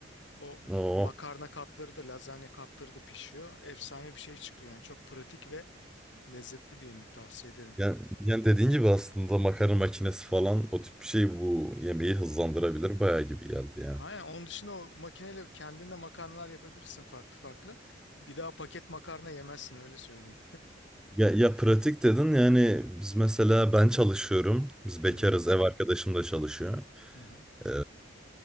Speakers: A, on the left; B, in the centre.
A: O m-
B: O.
A: makarna katları da lazanya katları da pişiyor. Efsane bir şey çıkıyor yani çok pratik ve lezzetli bir yemek tavsiye ederim.
B: Yani, yani dediğin gibi aslında makarna makinesi falan o tip bir şey bu yemeği hızlandırabilir bayağı gibi geldi yani.
A: Aynen onun dışında o makineyle kendinde makarnalar yapabilirsin farklı farklı. Bir daha paket makarna yemezsin öyle söyleyeyim.
B: Ya, ya pratik dedin yani biz mesela ben çalışıyorum. Biz
A: Hı
B: bekarız
A: hı
B: ev arkadaşım da çalışıyor.
A: hı hı.
B: Ee,